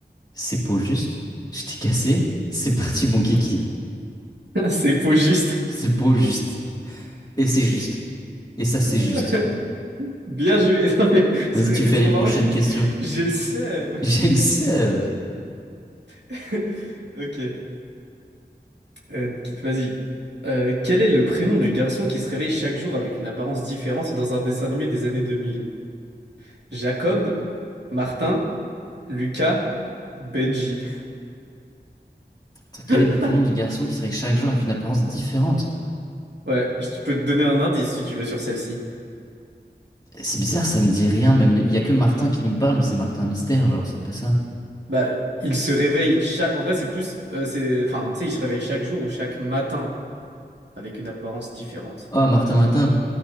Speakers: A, on the left; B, on the right.
A: c'est pas juste, je t'ai cassé, c'est parti mon kiki.
B: <laughs> C'est pogiste.
A: C'est pas juste, et c'est juste, et ça c'est juste.
B: <laughs> Bien joué. <laughs> Non, mais ça
A: Vas-y,
B: aurait
A: tu
B: été
A: fais
B: trop
A: les
B: marrant
A: prochaines
B: qu'ils disent
A: questions.
B: J'ai le seum.
A: J'ai le seum.
B: <laughs> Ok. Euh, qui- vas-y. Euh, quel est le prénom du garçon qui se réveille chaque jour avec une apparence différente dans un dessin animé des années deux mille Jacob, Martin, Lucas, Benji.
A: Attends, quel
B: <laughs>
A: est le prénom du garçon qui serait chaque jour avec une apparence différente?
B: Ouais, je peux te donner un indice si tu veux sur celle-ci.
A: C'est bizarre, ça me dit rien. Même les- il y a que Martin qui me parle, mais c'est Martin Mystère, genre c'est pas ça.
B: Bah, il se réveille chaque. En vrai, c'est plus. euh, c'est... Enfin, tu sais, il se réveille chaque jour ou chaque matin. avec une apparence différente.
A: Ah, Martin Matin.